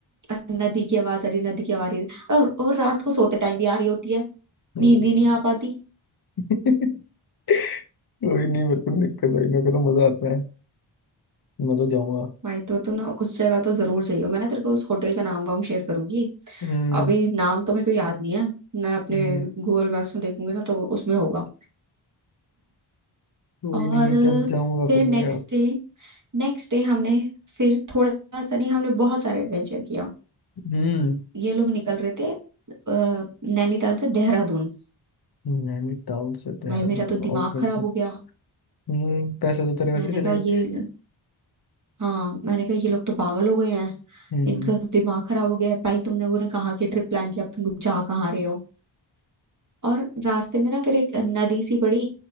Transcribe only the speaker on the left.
हम्म।
<laughs> कोई नहीं मेरे को नहीं दिक्कत भाई मेरे को तो मजा आता है मैं तो जाऊंगा
हम्म
हम्म,
कोई
नहीं जब जाऊंगा
फिर
मैं
हम्म
नैनीताल से देहरादून
Okay okay
हम्म पैसे तो तेरे वैसे
ही चले
गए
हम्म